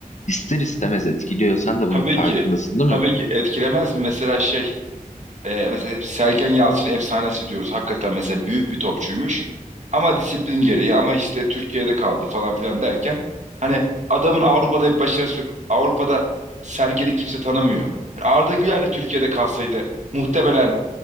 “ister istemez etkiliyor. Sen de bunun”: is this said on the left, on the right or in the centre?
Left